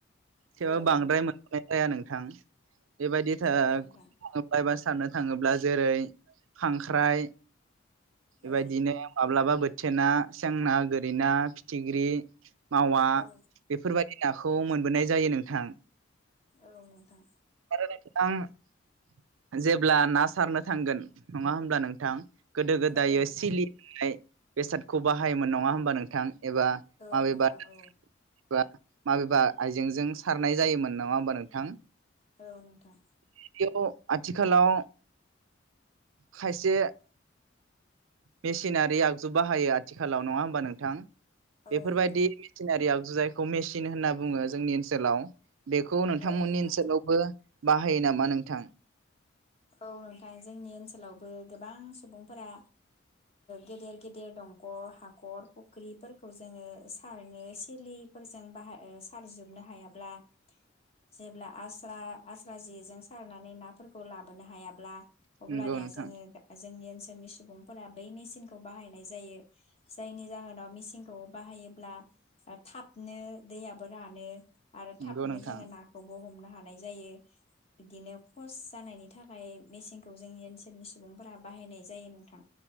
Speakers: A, on the right; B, on the left.
A: थेवबो
B: औ
A: बांद्राय
B: नोंथां
A: मोननाय जाया नों थां बेबायदि थाग
B: औ नोंथां
A: बायबास सारनो थाङोब्ला जेरै खांख्राइ बेबायदिनो
B: औ
A: माब्लाबा बो सेना थोना सेंना गोरिनाा फिथिख्रि मावा
B: औ
A: बेफोरबायदि नाखौ मोनबोनाय जायो नोंथां
B: औ नोंथां
A: नोंथां जेब्ला ना सारनो थांगोन नङा होमब्ला नोंथां गोदो गोदाय
B: औ नोंथां
A: सिलि होननाय बेसादखौ बाहायोमोन नङा होमबा नोंथां एबा
B: औ
A: माबेबा
B: नोंथां
A: <unintelligible>
B: औ
A: माबेबा आइजेंजों सारनाय जायोमोन नङा होमबा नोंथां
B: औ नोंथां
A: बेयाव आथिखालाव खायसे मेसिनारि आगजु बाहायो आथिखालाव नङा होमबा नोंथां
B: औ
A: बेफोरबायदि
B: नोंथां
A: मेसिनारियाव जायखौ मेसिन होनना बुङो जोंनि ओनसोलाव बेखौ नोंथांमोननि
B: औ नोंथां
A: ओनसोलावबो बाहायो नामा नोंथां
B: औ नोंथां जोंनि ओनसोलावबो गोबां सुबुंफोरा गेदेर गेदेर दंख' हाखर फुख्रिफोरखौ जोङो सारनो सिलिफोरजों बाहाय सारजोबनो हायाब्ला जेब्ला आस्रा आस्रा जेजों सारनानै नाफोरखौ लाबो लाबोनो हायाब्ला अब्लानिया
A: नंगौ नोंथां
B: जोङो जोंनि ओनसोल जोंनि सुबुंफोरा बै मेसिनखौ बाहायनाय जायो जायनि जाहोनाव मेचिनखौ बाहायोब्ला थाबनो दैयाबो रानो आरो
A: नंगौ
B: थाबनो
A: नोंथां
B: जोङो नाखौबो हमना थानाय जायों बिदिनो फस जानायनि थाखाय मेचनखौ जोंनि ओनसोलनि सुबुंफोरा बाहायनाय जायो नोंथां